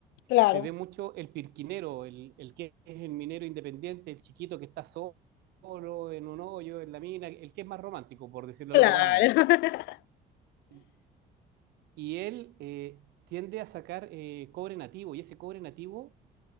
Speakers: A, on the left (about 85°); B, on the right (about 75°).
A: Claro,
B: se ve mucho el pirquinero, el, el, que es el minero independiente, el chiquito que está solo en un hoyo, en la mina, el que es más romántico, por decirlo
A: claro.
B: de alguna manera.
A: <laughs>
B: Y y él eh, tiende a sacar eh, cobre nativo y ese cobre nativo